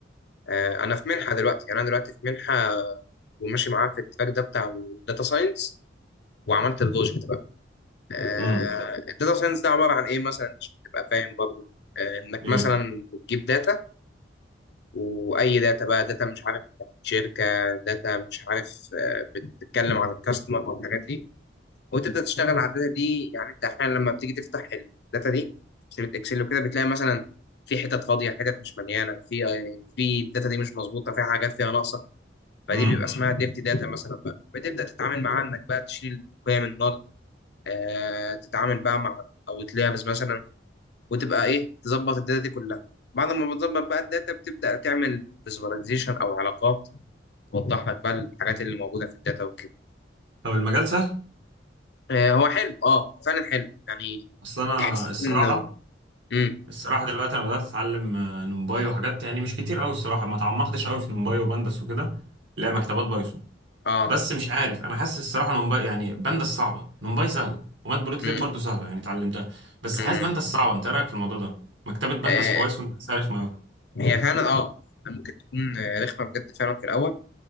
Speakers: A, on the left; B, on the right.
A: آه انا في منحه دلوقتي يعني انا دلوقتي في منحه وماشي معاها في التراك ده بتاع الداتا ساينس وعملت البروجكت بقى آه
B: امم
A: الداتا ساينس ده عباره عن ايه مثلا عشان تبقى فاهم برضو آه انك
B: ايه
A: مثلا بتجيب داتا واي داتا بقى داتا مش عارف بتاعت شركه داتا مش عارف آه، بتتكلم عن الكاستمر والحاجات دي وتبدا تشتغل على الداتا دي يعني انت احيانا لما بتيجي تفتح الداتا دي في شريط اكسل وكده بتلاقي مثلا في حتت فاضيه حتت مش مليانه في آه، في الداتا دي مش مظبوطه فيها حاجات فيها ناقصه فدي
B: امم
A: بيبقى اسمها ديرتي داتا مثلا بقى بتبدا تتعامل معاها انك بقى تشيل قيم النال آه تتعامل بقى مع اوتلايرز مثلا وتبقى ايه تظبط الداتا دي كلها بعد ما بتظبط بقى الداتا بتبدا تعمل فيزواليزيشن او علاقات توضح لك بقى الحاجات اللي موجوده في الداتا وكده
B: طب المجال سهل
A: آه هو حلو اه هو فعلا حلو يعني
B: اصل انا
A: تحس
B: الصراحه
A: انه امم
B: الصراحة دلوقتي أنا بدأت أتعلم آه، نمباي وحاجات يعني مش كتير أوي الصراحة ما تعمقتش أوي في نمباي وبندس وكده لا مكتبات بايثون
A: اه
B: بس مش عارف أنا حاسس الصراحة نمباي يعني بندس صعبة نمباي سهلة ومات بروتليب
A: امم
B: برضه سهلة يعني اتعلمتها بس
A: امم
B: حاسس بندس صعبة أنت إيه رأيك في الموضوع ده؟ مكتبة بندس
A: آه
B: في بايثون صارخ ما
A: هي فعلا اه ممكن تكون آه، رخمه بجد فعلا في الاول